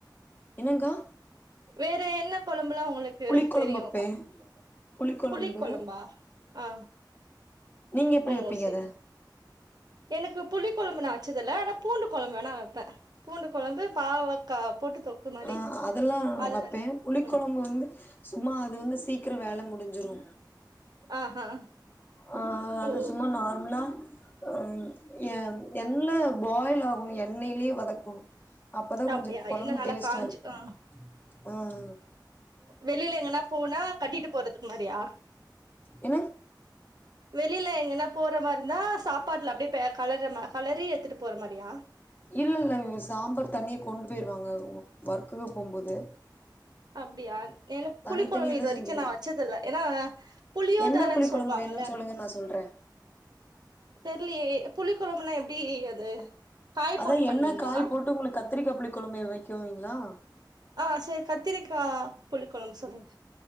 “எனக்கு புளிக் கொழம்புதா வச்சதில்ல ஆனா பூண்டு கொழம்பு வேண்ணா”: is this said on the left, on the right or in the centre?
Right